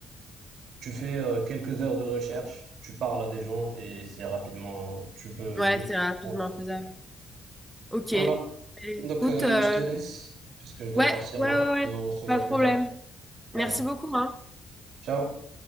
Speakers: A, on the right; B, in the centre.
A: tu fais euh, quelques heures de recherche, tu parles à des gens et c'est rapidement, tu peux
B: Ouais,
A: vite
B: c'est
A: comprendre
B: rapidement
A: ce truc-là.
B: faisable. Ok.
A: Voilà.
B: Écoute,
A: Donc, euh,
B: euh,
A: je te laisse parce que je dois
B: ouais,
A: partir
B: ouais,
A: là
B: ouais, ouais,
A: et on se voit
B: pas de
A: plus
B: problème.
A: tard. Allez.
B: Merci beaucoup, hein.
A: Ciao.